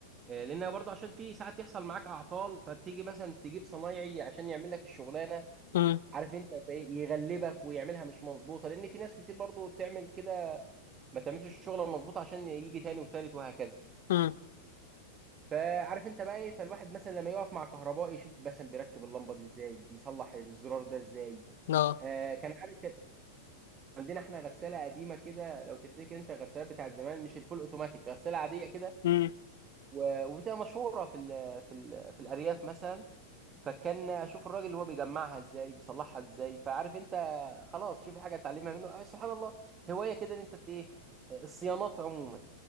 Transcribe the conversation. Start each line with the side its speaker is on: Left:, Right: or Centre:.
Right: آه، لان برضه عشان في ساعات يحصل معاك اعطال فتيجي مثلا تجيب صنايعي عشان يعمل لك الشغلانه
Left: امم
Right: عارف انت زي يغلبك ويعملها مش مظبوطه لان في ناس كتير برضه بتعمل كده ما تعملش الشغله المظبوطه عشان يجي تاني وتالت وهكذا
Left: امم
Right: فعارف انت بقى ايه فالواحد مثلا لما يقف مع كهربائي يشوف مثلا بيركب اللمبه دي ازاي بيصلح الزرار ده ازاي
Left: اه
Right: آه كان عارف عندنا احنا غساله قديمه كده لو تفتكر انت الغسالات بتاعت زمان مش الفول اوتوماتيك غساله عاديه كده
Left: امم
Right: و- وبتبقى مشهوره في ال في ال في الارياف مثلا فكان اشوف الراجل اللي هو بيجمعها ازاي بيصلحها ازاي فعارف انت خلاص شوف الحاجه اتعلمها منه آه سبحان الله هوايه كده ان انت ت- ايه الصيانات عموما